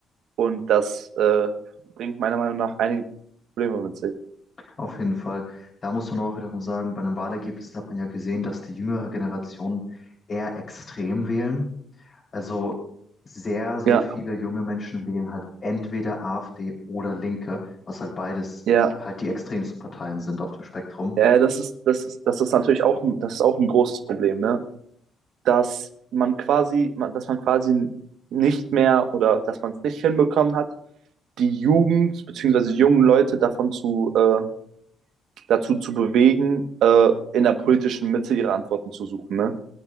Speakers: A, on the right; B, on the left.
A: Und das äh, bringt meiner Meinung nach einige Probleme mit sich.
B: Auf jeden Fall, da muss man auch wiederum sagen, bei den Wahlergebnissen hat man ja gesehen, dass die jüngere Generation eher extrem wählen Also sehr, sehr
A: Ja,
B: viele junge Menschen wählen halt entweder AfD oder Linke, was halt beides
A: ja,
B: halt die extremsten Parteien sind auf dem Spektrum.
A: ja, das ist, das ist, das ist natürlich auch, ein- das ist auch ein großes Problem, ne? dass man quasi, dass man quasi nicht mehr oder dass man es nicht hinbekommen hat, die Jugend bzw. jungen Leute davon zu, äh, dazu zu bewegen, äh, in der politischen Mitte ihre Antworten zu suchen. Ne?